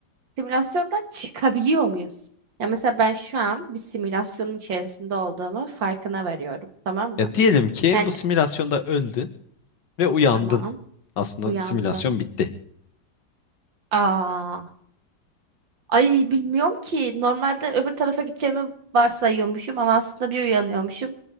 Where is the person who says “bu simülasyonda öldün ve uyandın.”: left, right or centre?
Left